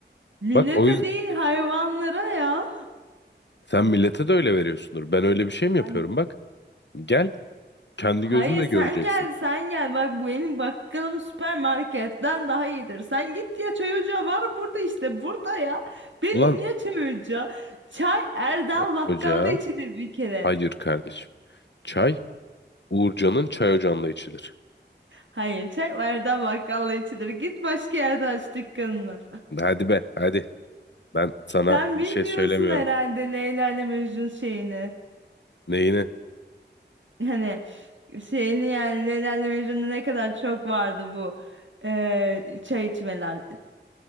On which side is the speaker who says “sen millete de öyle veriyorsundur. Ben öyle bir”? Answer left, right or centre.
Left